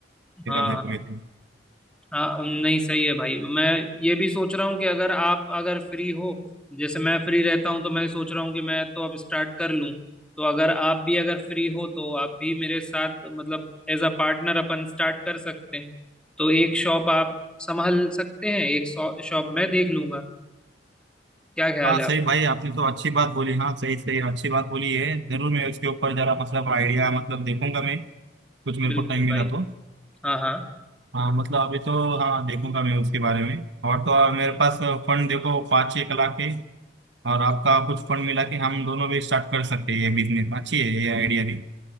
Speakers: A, on the right; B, in the centre.
A: देखा
B: हाँ
A: जाए
B: हाँ।
A: तो वैसे।
B: हाँ नहीं सही है भाई मैं ये भी सोच रहा हूँ कि अगर आप अगर फ्री हो जैसे मैं फ्री रहता हूँ तो मैं सोच रहा हूँ कि मैं तो अब स्टार्ट कर लूँ तो अगर आप भी अगर फ्री हो तो आप भी मेरे साथ मतलब एज अ पार्टनर अपन स्टार्ट कर सकते हैं तो एक शॉप आप संभाल सकते हैं एक शॉप मैं देख लूंगा क्या ख्याल
A: हाँ
B: है
A: सही
B: आपका
A: भाई आपने तो अच्छी बात बोली हाँ सही सही अच्छी बात बोली है जरूर मैं उसके ऊपर जरा मतलब आइडिया मतलब देखूंगा मैं कुछ मेरे
B: बिल्कुल
A: को टाइम मिला
B: भाई
A: तो
B: हाँ हाँ
A: हाँ मतलब अभी तो हाँ देखूंगा मैं उसके बारे में और तो और मेरे पास फंड देखो पाँच छः लाख के और आपका कुछ फंड मिला के हम दोनों भी स्टार्ट कर सकते हैं ये बिजनेस अच्छी है ये आइडिया भी